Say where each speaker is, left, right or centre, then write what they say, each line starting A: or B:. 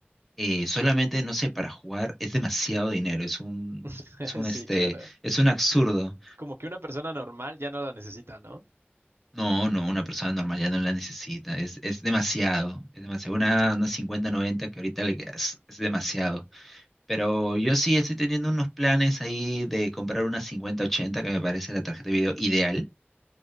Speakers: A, in the centre; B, on the right (about 70°).
A: eh, solamente, no sé, para jugar es demasiado dinero, es un,
B: <laughs>
A: es un,
B: Sí,
A: este,
B: claro.
A: es un absurdo.
B: Como que una persona normal ya no la necesita, ¿no?
A: No, no, una persona normal ya no la necesita, es, es demasiado, es demasiado. Una, una cincuenta noventa que ahorita le quedas, es demasiado. Pero yo sí estoy teniendo unos planes ahí de comprar una cincuenta ochenta que me parece la tarjeta de video ideal.